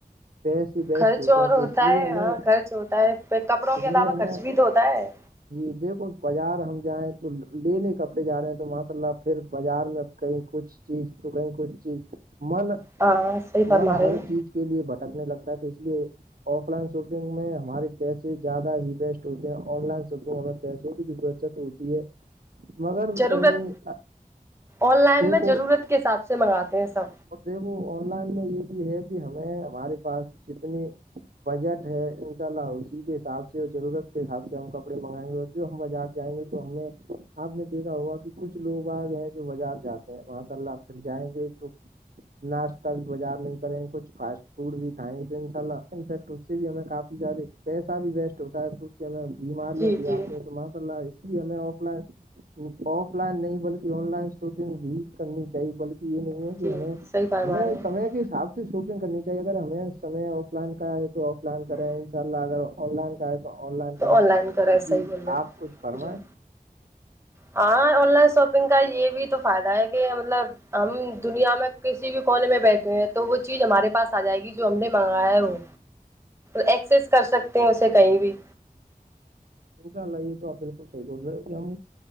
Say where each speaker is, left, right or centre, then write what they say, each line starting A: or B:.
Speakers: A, on the right; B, on the right.
A: پیسے ویسٹ
B: خرچ
A: ہوتے
B: اور
A: ہیں
B: ہوتا
A: تو اس لیے
B: ہے
A: ہمیں
B: ہاں خرچ ہوتا ہے پ کپڑوں
A: اس
B: کے
A: لیے
B: علاوہ
A: ہمیں
B: خرچ بھی تو ہوتا ہے
A: جی دیکھو بازار ہم جائیں تو لینے کپڑے جا رہے ہیں تو ماشاء اللہ پھر بازار میں کہیں کچھ چیز تو کہیں کچئی چیز من
B: ہاں صحیح فرما
A: من
B: رہے
A: ہر
B: ہو
A: چیز کا کے لیے بٹکنے لگتا ہے تو اس لیے آف لائن شاپنگ میں ہمارے پیسے زیادہ ہی بیسٹ ہوتے ہیں آن لائن شاپنگ ہمیں پیسوں بھی بچت ہوتی ہے مگر
B: ضرورت
A: کہیں
B: آن لائن
A: دیکھو
B: میں ضرورت کے حساب سے منگاتے ہیں سب
A: اور دیکھو آن لائن میں یہ بھی ہے کہ ہمیں ہمارے پاس جتنی بجٹ ہے انشاء اللہ اسی کے حساب سے اور ضرورت کے حساب سے ہم کپڑے منگائیں گے اور جو ہم بجٹ جائیں گے تو ہمیں آپ نے دیکھا ہوگا کہ کچھ لوگ آ گئے ہیں جو بازار جاتے ہیں وہاں سے اللہ اھر جائیں گے تو ناشتہ بھی بازار میں کریں کچھ فاسٹ فوڈ بھی کھائیں گے تو ان شاء ال تو اس سے بھی ہمیں کافی سارے پیسہ بھی ویسٹ ہوتا ہے تو اس سے ہمیں بیماریاں
B: جی
A: بھی
B: جی
A: آتی ہیں تو ماشا اللہ جی ہمیں آف لائن آف لائن نہیں بلکہ آن لائن شاپنگ بھی کرنی چاہیے بلکہ یہ نہیں ہے ہمیں
B: جی صحیح فرما
A: ہمیں
B: رہے ہیں
A: سمے کے حساب سے شاپنگ کرنی چاہے اگر ہمیں سمے آف لائن کا ہے تو آف لائن کریں ان شاء اللہ اگر آن لائن کا ہے تو تو آن لائن کریں
B: آن لائن کرا ہے
A: جی
B: صحیح بول رہے ہیں
A: آپ کچھ فرمائیں
B: جی ہاں آن لائن شاپنگ کا یہ بھی تو فائدہ ہے کہ مطلب ہم دنیا میں کسی بھی کونے میں بیٹھے ہیں تو وہ چیز ہمارے پاس آ جائے گی جو ہم نے منگایا ہے وہ ایکسس کر سکتے ہیں اسے کہیں بھی
A: انشاہ اللہ یہ تو آپ بالکل صح بول رہے ہو ہم